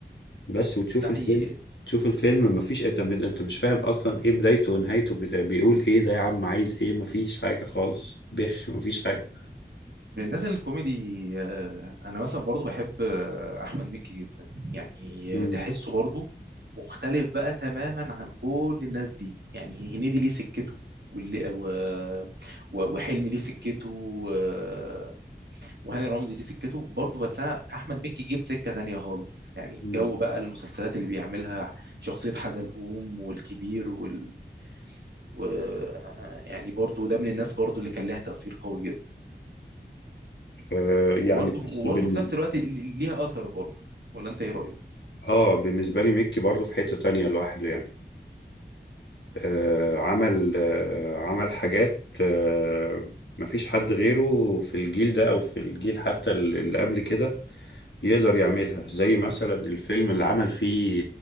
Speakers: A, on the left; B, on the right.
A: بس وتشوف
B: ده حقيقي
A: الفيلم تشوف الفيلم مفيش انت انت مش فاهم اصلا ايه بدايته ونهايته بت- بيقول ايه ده يا عم عايز ايه مفيش حاجة خالص بخ مفيش حاجة
B: من الناس الكوميدي آه، انا مثلا برضو بحب آه، احمد مكي جدا يعني
A: مم.
B: آه، تحسه برضو مختلف بقى تماما عن كل الناس دي يعني هنيدي ليه سكته واللي و... و- وحلمي ليه سكته و- وهاني رمزي ليه سكته برضو بس انا احمد مكي جيب سكة تانية خالص يعني الجو
A: مم.
B: بقى المسلسلات اللي بيعملها شخصية حزلقوم والكبير وال و... يعني برضو ده من الناس برضو اللي كان لها تأثير قوي جدا
A: آه
B: وبرضه
A: يعني بس
B: وبرضه
A: بالنسبة
B: في نفس الوقت ال- ال- ليها اثر برضه ولا انت ايه رايك
A: اه بالنسبة لي ميكي برضه في حتة تانية لوحده يعني آه عمل آه عمل حاجات آه مفيش حد غيره في الجيل ده او في الجيل حتى اللي قبل كده يقدر يعملها زي مثلا الفيلم اللي عمل فيه